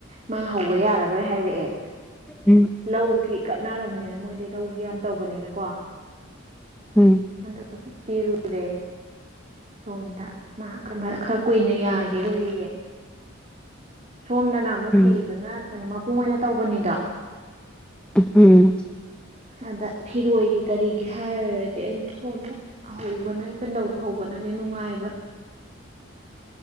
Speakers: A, on the right; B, in the centre.
A: ꯃꯥ ꯍꯧꯕ ꯌꯥꯔꯔꯣꯏ ꯍꯥꯏꯔꯛꯑꯦ
B: ꯎꯝ
A: ꯂꯧꯒꯤ ꯀꯠꯅꯔꯝꯅꯤꯅ ꯃꯣꯏꯗꯤ ꯂꯧꯒꯤ ꯌꯥꯝ ꯇꯧꯕꯅꯤꯅꯀꯣ
B: ꯎꯝ
A: ꯑꯝ ꯄꯤꯔꯨꯔꯦ ꯁꯣꯝꯗ ꯃꯥ ꯈ ꯈꯔ ꯀꯨꯏꯅ ꯌꯥꯒꯤꯔ‌ꯣꯏꯌ‌ꯦ ꯁꯣꯝꯗꯅ ꯑꯃꯨꯛ
B: ꯎꯝ
A: ꯐꯤꯗꯨꯅ ꯀꯩꯅꯣ ꯃꯄꯨꯡ ꯑꯣꯏꯅ ꯇꯧꯕꯅꯤꯗꯣ
B: ꯎꯝ
A: ꯑꯗ ꯐꯤꯔꯣꯏꯒꯤ ꯀꯔꯤꯒꯤ ꯍꯥꯏꯔꯨꯔꯗꯤ ꯑꯩꯅ ꯁꯣꯝꯗ ꯍꯧꯕꯅ ꯢꯄꯥꯟꯗꯧꯗꯣ ꯍꯧꯕꯅꯗꯤ ꯅꯨꯡꯉꯥꯏꯕ